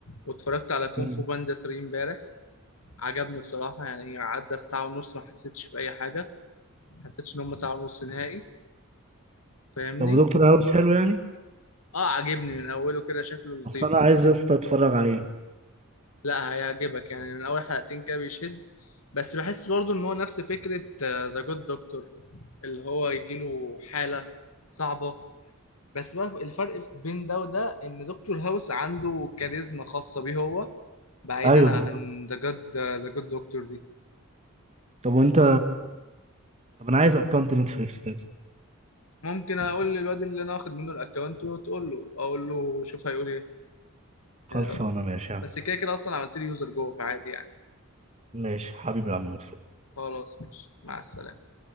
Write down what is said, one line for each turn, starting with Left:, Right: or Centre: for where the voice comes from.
Left: واتفرجت على كونغ
Right: مم.
Left: فو باندا 3 امبارح عجبني بصراحة يعني عدى الساعة ونص ما حسيتش بأي حاجة ما حسيتش إن هم ساعة ونص نهائي فاهمني
Right: طب ودكتور هاوس حلو يعني
Left: اه عجبني من أوله كده شكله لطيف
Right: اصل انا عايز يا اسطى اتفرج عليه
Left: لا هيعجبك يعني من أول حلقتين كده بيشد بس بحس برضو إن هو نفس فكرة ذا جود دكتور اللي هو يجيله حالة صعبة بس بقى الفرق بين ده وده إن دكتور هاوس عنده كاريزما خاصة بيه هو بعيدا
Right: ايوه
Left: عن
Right: بالظبط
Left: ذا جود ذا جود دكتور دي
Right: طب وانت طب انا عايز اكونت نتفليكس ده
Left: ممكن اقول للواد اللي انا واخد منه الاكونت وتقول له اقول له شوف هيقول ايه يعني
Right: خلصانه ماشي يا عم
Left: بس كده كده اصلا عملت لي يوزر جوه فعادي يعني
Right: ماشي حبيبي يا عم مصطفى
Left: خلاص ماشي مع السلامه